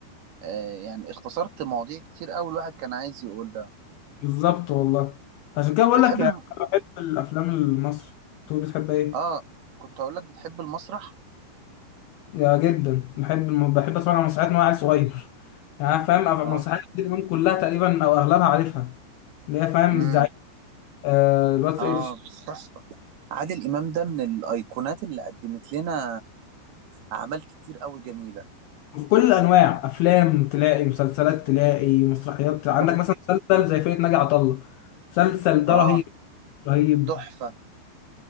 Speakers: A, on the right; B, on the left.
A: آه يعني اختصرت مواضيع كتير قوي الواحد كان عايز يقولها
B: بالظبط والله عشان كده بقول
A: بتحب
B: لك يعني
A: الم...
B: انا بحب الافلام المصري انت بتحب ايه
A: اه كنت هقول لك بتحب المسرح
B: يا جدا بحب بحب اتفرج على مسرحيات من وانا عيل صغير <laughs> يعني أنا فاهم أف-
A: اه
B: مسرحيات عادل امام كلها تقريبا او اغلبها عارفها اللي هي فاهم
A: امم
B: الزعيم آه الواد سيد
A: اه
B: الش-
A: تحفه عادل امام ده من الايقونات اللي قدمت لنا اعمال كتير قوي جميله
B: في كل الانواع افلام تلاقي مسلسلات تلاقي مسرحيات عندك
A: صح.
B: مثلا مسلسل زي فرقه ناجي عطا الله مسلسل ده
A: اه
B: رهيب رهيب
A: تحفه